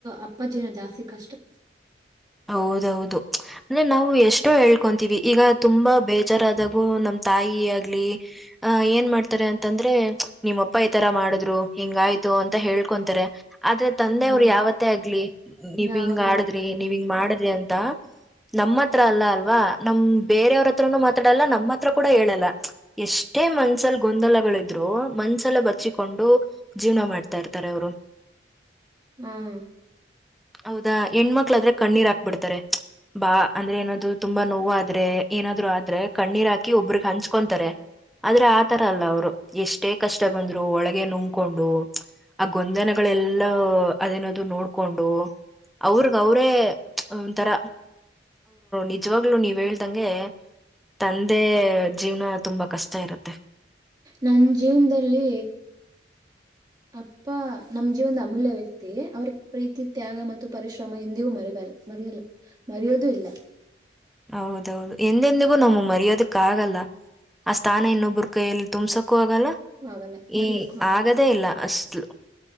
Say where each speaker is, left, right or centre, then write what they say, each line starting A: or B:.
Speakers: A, on the right; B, in the centre.
A: ಅಪ್ಪಾಜಿನ್ ಜಾಸ್ತಿ ಕಷ್ಟಾ.
B: ಹೌದ ಹೌದು ಅಂದ್ರೆ ನಾವೂ ಎಷ್ಟೇ ಕೇಳ್ಕೊಂತೀವಿ ಈಗಾ ತುಂಬಾ ಬೇ ಜರಾದಬೋ ನಮ್ಮ ತಾಯಿ ಆಗಲೀ ಹಾ ಏನ ಮಾಡುತ್ತಾರೆ ಅಂದರ್ರೆ ಮತ್ತೆ ನಿಮ್ಮ ಅಪ್ಪ ಈ ತರ ಮಾಡುದ್ರು ಹಿಂಗಾತ್ತು ಅಂತ ಹೇಳಕೂಂತಾರೆ ಅಂದ್ರೇ ತಂದೆ
A: ಹ್ಮ್
B: ಅವರು ಯಾವತ್ತೆ ಆಗಲ್ಲಿ ನೀವ
A: ಯಾವ್ದು
B: ಇಂಗ ಆಡದ್ರಿ
A: ಇಲ್ಲ
B: ಇಂಗ‌ ಮಾಡಿದ್ರಿಂತ ನಮ್ತ್ರ ಅಲ್ಲಾ ಅಲ್ವಾ ನಮ್ಮ ಬೇರೂರ ಅತ್ರನು ಮಾತಾಡಲ್ಲ ನಮ್ಮತ್ರ ಕೂಡ ಹೇಳಲ್ಲ ಎಷ್ಟೆ ಮನಸ್ಸಲ ಗೂಂದಲಗಳ ಈದ್ರು ಮನಸ್ಸಲೇ ಬಚ್ಚಿಟಕೂಂಡು ಜೀವನ ಮಾಡ್ತೀರತ್ತಾರೆ ಅವರು
A: ಹ್ಮ್ಮ್
B: ಹೌದಾ ಹೆಣ್ಣುಮಕ್ಕಳಾದರೇ ಕಣ್ಣರ ಹಾಕಬಿಡತ್ತಾರೆ ಅಂದರೆ ಏನು ಅದು ತುಂಬಾ ನೋವ ಆದರೆ ಏನಾದರು ಆದರೇ ಕಣ್ಣರ ಹಾಕಿ ಒಬ್ಬರಿಗೆ ಹಂಚಕೂಂತಾರೆ ಆದರೇ ಆತರಾ ಅಲ್ಲ ಅವರು ಎಷ್ಟೆ ಕಷ್ಟ ಬಂದರು ಒಳಗೆ ನುಂಗಕೂಂಡು ಆ ಗೂಂದಲಗೂಳ ಎಲ್ಲಾ ಅದೇನ ಅದು ನೋಡ.. ನೋಡಕೂಂಡು ಅವರಗ ಅವರೇ ಒಂದತರ ನಿಜವಾಗ್ಲೂ ನೀವು ಹೇಳ್ದಂಗೆ ತಂದೆ ಜೀವನ ತುಂಬಾ ಕಷ್ಟ ಇರುತೇ
A: ನಮ್ಮ ಜೀವನದಲ್ಲಿ ಅಪ್ಪ ನಮ್ಮ ಜೀವನದ ಅಮೂಲ್ಯ ವ್ಯಕ್ತಿ ಅವರ ಪ್ರೀತಿ ತ್ಯಾಗ ಮತ್ತು ಪರಿಶ್ರಮ ಎಂದಿಗು ಮರಿಬಾರದು ಮರೆಯಲ್ಲ ಮರೆಯೋದು ಇಲ್ಲ
B: ಹೌದೌದು ಎಂದೆಂದಿಗೂ ನಮಗ ಮರೆಯೋದುಕ್ಕಾಗಲ್ಲ ಆ ಸ್ಥಾನ ಇನ್ನೊಬ್ರು ಕೈಯಲ್ಲಿ ತುಂಬಿಸಕ್ಕಾಗಲ್ಲ ತುಂಬಿಸೋಕಾಗಲ್ಲ
A: ಆಗಲ್ಲ ಮರೆಯಕ್ಕೂ
B: ಆಗದೇ ಇಲ್ಲ ಅಷ್ಟು